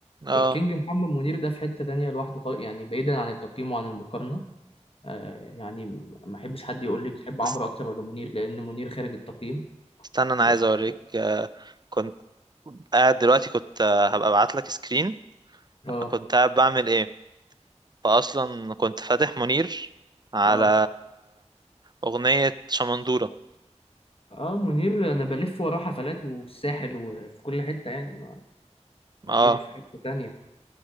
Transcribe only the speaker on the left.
الكينج محمد منير ده في حتة تانية لوحده خالص يعني بعيدا عن التقييم وعن المقارنة آه يعني م- ما احبش حد يقول لي بتحب عمرو
اكتر ولا منير لان منير خارج التقييم
ده في حتة
اه
اه
اه منير انا بلف وراه حفلات والساحل وفي كل حتة يعني ما منير
في حتة تانية